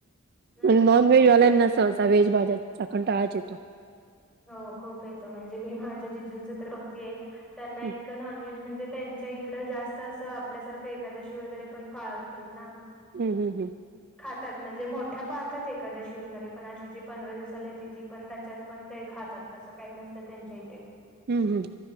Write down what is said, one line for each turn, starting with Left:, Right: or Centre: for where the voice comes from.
Centre: हम्म.
Right: नॉनव्हेजवाल्यांना स त्या व्हेज भाज्यांन चा कंटाळा च येतो.
Centre: हो खूप येतो म्हणजे मी माझ्या जिजूंच तर बघतेय. त्यांना
Right: हं
Centre: इतकं नॉनव्हेज म्हणजे त्यांच्या इकडं जास्त असं आपल्यासारखं एकादशी वगैरे पण पाळत नाही. ना
Right: हम हम हम
Centre: खातात म्हणजे मोठ्या पाळतात एकादशी वगैरे पण अशी जी पंधरा दिवसाला येते ती पण त्याच्यात पण ते खातात तस काही नसतं त्यांच्या इथे
Right: हम् हम